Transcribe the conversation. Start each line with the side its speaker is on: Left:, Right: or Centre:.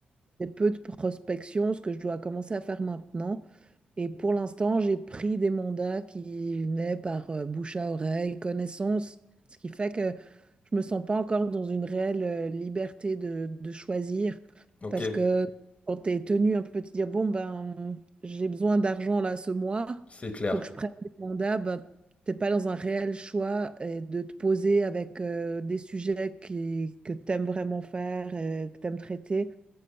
Right: C'est peu de prospection, ce que je dois commencer à faire maintenant. Et pour l'instant, j'ai pris des mandats qui venaient par euh, bouche à oreille, connaissance, ce qui fait que je me sens pas encore dans une réelle euh, liberté de, de choisir
Left: ok,
Right: parce que quand tu es tenu un peu de te dire, bon, ben, j'ai besoin d'argent là ce mois,
Left: c'est clair.
Right: il faut que je prenne des mandats, ben, t'es pas dans un réel choix et de te poser avec euh, des sujets qui, que tu aimes vraiment faire, et que tu aimes traiter.